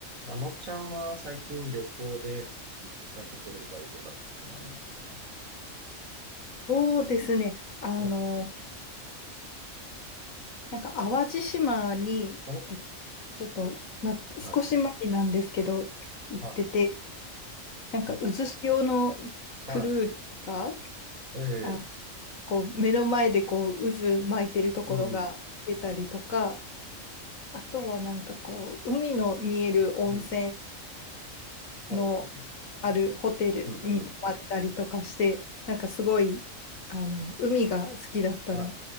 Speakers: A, on the right (about 85°); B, on the left (about 80°).
A: あのちゃんは最近旅行で行ったところとか良かったところありますかね
B: そうですね。あの、
A: ええ。
B: なんか淡路島に、
A: お、
B: えちょっと、ま、
A: はい、
B: 少し前なんですけど、行ってて、
A: は
B: なんか渦潮のクルーズが、
A: い、お、はい、ええ、
B: あ、こう目の前でこう渦巻いてるところが出たりとか、
A: うん、うん、
B: あとはなんかこう、海の見える温泉
A: うん、はい、
B: の
A: はい、はい、
B: あるホテルに泊まれたりとかして、
A: うん、うん、
B: なんかすごい、あの、海が好きだったら、
A: はい、